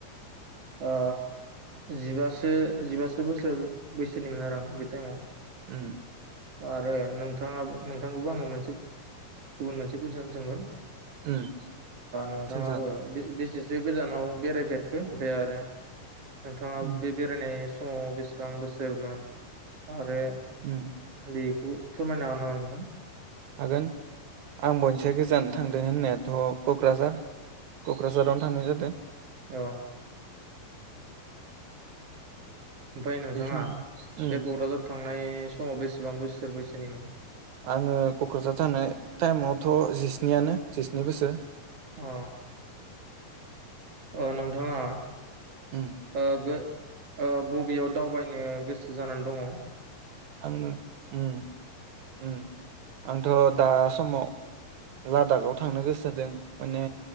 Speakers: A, on the right (about 45°); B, on the right (about 70°).
A: ओ जिबासो जिबासो बोसोर बैसोनिमोन आरो आं बे टाइमाव।
B: ओम।
A: आरो नोंथाङाबो नोंथांखौबो आङो मोनसे गुबुन मोनसे कुजसन सोंगोन।
B: उम
A: नोंथाङाबो
B: सोंजागोन
A: बे बेसेस से गोजानाव बेरायफेरखो ओमफ्राय आरो। नोंथाङा
B: उम
A: बे बेरायनाय स समाव बेसेबां बोसोरमोन आरो?
B: उम।
A: बेखौ फोरमायनो हागोन नामा नोंथां?
B: हागोन। आं मोनसे गोजान। थांदों होननायाथ कक्राझार कक्राझारावनो थांनाय जादों।
A: औ। ओमफ्राय नोंथाङा
B: बेखिनि उम
A: बे कक्राझार थांनाय स समाव बेसेबां बोसोर बैसोनिमोन?
B: आङो कक्राझार थनाय टाइमावथ जिस्नियानो जिस्नि बोसोर।
A: अ। अ नोंथाङा।
B: उम
A: ओ गो। ओ बबेयाव दावबायनो गोसो जानानै दङ ओ।
B: आङो उम उम आंथ दा समाव लादाखाव थांनो गोसो जादों माने